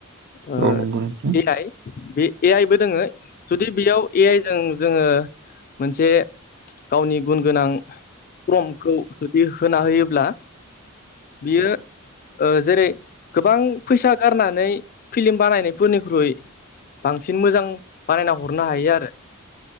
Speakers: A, on the left; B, on the right.
A: ओ
B: औ नंगौ नोंथां
A: ए आइ बे ए आइ बो दोङो जुदि बेयाव ए आइ जों जोङो मोनसे गावनि गुन गोनां फ्रमखौ जुदि होना होयोब्ला बियो ओ जेरै गोबां फैसा गारनानै फिलिम बानायनायफोरनिख्रुइ बांसिन मोजां बानायना हर- हरनो हायो आरो